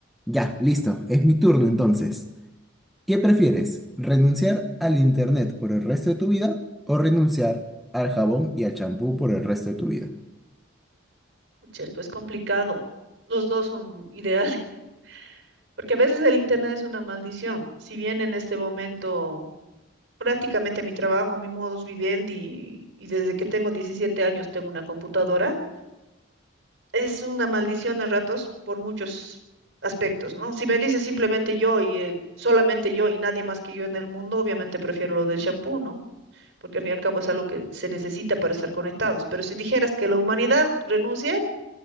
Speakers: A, in the centre; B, on the right.
A: Ya, listo, es mi turno entonces. ¿Qué prefieres? ¿Renunciar al internet por el resto de tu vida o renunciar al jabón y al champú por el resto de tu vida?
B: Pucha, es pues complicado. Los dos son ideales, <laughs> porque a veces el Internet es una maldición. Si bien en este momento prácticamente mi trabajo, mi modus vivendi, y desde que tengo 17 años tengo una computadora, es una maldición a ratos por muchos aspectos, ¿no? Si me dices simplemente yo y eh, solamente yo y nadie más que yo en el mundo, obviamente prefiero lo del champú, ¿no? Porque al fin y al cabo es algo que se necesita para estar conectados. Pero si dijeras que la humanidad renuncia,